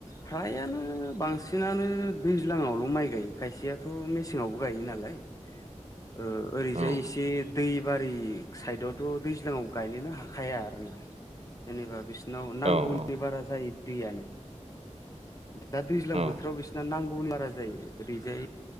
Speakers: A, on the left (about 25°); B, on the right (about 55°).
A: फ्रायानो बांसिनानो दैज्लाङावल' माइ गायो। खायसेयाथ' मेसेङावबो गायो नालाय ओ ओरैजाय
B: औ
A: एसे दैबारि साइदावथ' दैज्लाङाव गायनोनो हाखाया आरोना जेनेबा बिसोर नाव नांगौनि
B: औ
A: बारा जायो दैयानो दा दैज्लां
B: औ
A: बोथोराव बिसोरना नांगौ गुबुन बारा जायो ओरैजाय